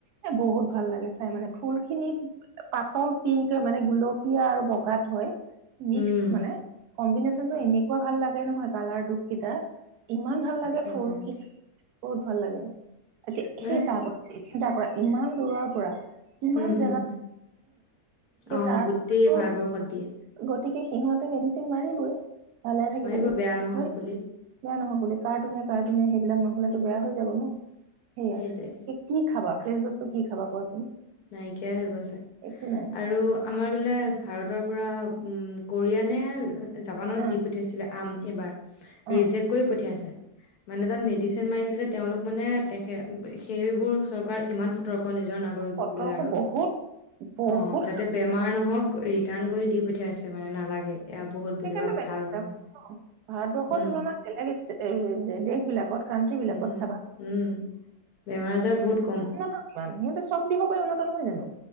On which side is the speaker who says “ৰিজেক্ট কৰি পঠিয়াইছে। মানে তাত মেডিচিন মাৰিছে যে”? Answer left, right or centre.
Left